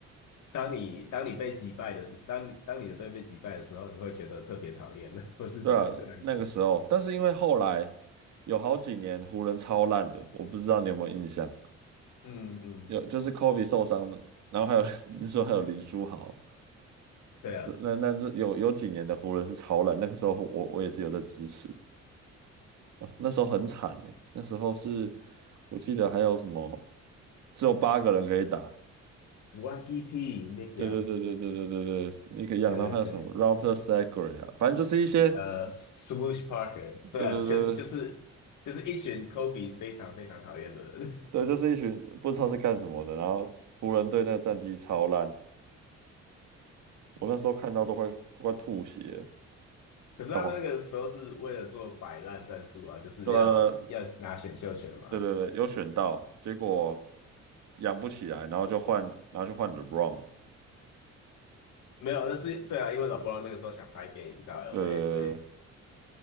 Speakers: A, on the left (about 75°); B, on the right (about 70°).
A: 当你当你被击败的时，当你当你的队被击败的时候，你会觉得特别讨厌，<laughs> 的。我是觉得这样子。
B: 对啊，那个时候，但是因为后来有好几年湖人超烂的，我不知道你有没有印象，
A: 嗯嗯，
B: 有就是 Kobe 受伤了，然后还有 <laughs> 你说还有林书豪。
A: 对啊。
B: 那那这有有几年的湖人是超烂，那个时候我我也是有在支持啊，那时候很惨呢、那时候是我记得还有什么，只有八个人可以打，
A: Swaggy P Nick
B: 对对对对对对对对，
A: Young，
B: 可以杨，
A: 对对对，
B: 然后还有什么 Robert Sacre 啊，反正就是一些，
A: 呃，Swoosh
B: 对
A: Parker，
B: 对对
A: 对啊，全就是就是一群 Kobe 非常非常讨厌的人。
B: 对，就是一群不知道是干什么的，然后湖人队那个战绩超烂，我那时候看到都快快吐血了，
A: <laughs> 可是他们那个时候是为了做摆烂战术啊，
B: 然后
A: 就是要要拿选秀权嘛。
B: 对啊对啊对对，有选到，结果养不起来，然后就换，然后就换 LeBron w 了。
A: 没有，那是对啊，因为老 e b 那个时候想拍电影到 LA，
B: 对，
A: 所以